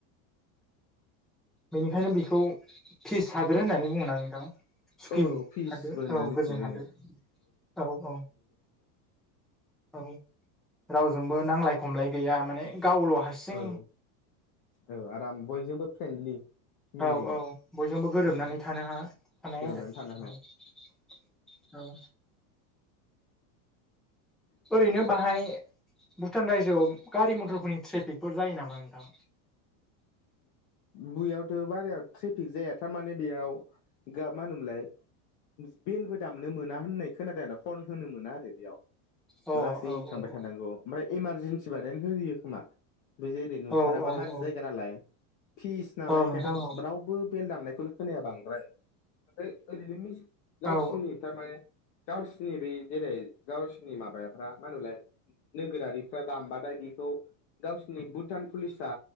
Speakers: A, in the centre; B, on the left (about 30°).
A: बेनिखायनो बेखौ फिस सादोरो होननानै बुङोना नोंथां? सुखि
B: औ फिसबो
A: हादोर
B: होननानै
A: औ
B: मिथियो
A: गोजोन हादोर औ औ औ रावजोंबो नांलाय खमलाय गैया माने गावल' हारसिं
B: औ औ आराम बयजोंबो फ्रेन्डलि मिलायनाय
A: औ औ बयजोंबो गोरोबनानै
B: उम
A: थानो ह हानाय
B: गोरोबनानै
A: आरो
B: थानो हानाय
A: औ औ ओरैनो बाहाय भुटान रायजोआव गारि मथरफोरनि ट्रेफिकफोर जायो नामा नोंथां?
B: बुयावथ' बाराया ट्रेफिक जाया थारमाने बेयाव मा होनोमोनलाय बेलबो दामनो मोना होननाय खोनादों आरो हरन होनो मोना आरो बेयाव
A: अ औ
B: लासै
A: औ
B: थांबाय थानांगौ ओमफ्राय इमारजेन्सि बादायनो होयो खोमा बे जेरै नुथाराबा
A: औ औ
B: हाजो
A: औ
B: जायगा नालाय फिस नालाय
A: औ
B: इखायनोथ'
A: नोंथां औ
B: रावबो बेल दामनायखौनो खोनाया बांद्राय ओमफ्राय ओरैनो मि गावसोरनि
A: औ
B: थारमाने गावसिनि बै जेरै गावसिनि माबाफ्रा मा होनोमलाय नोगोरारिफ्रा दामबाथाय बेखौ गावसोरनि भुटान पुलिसा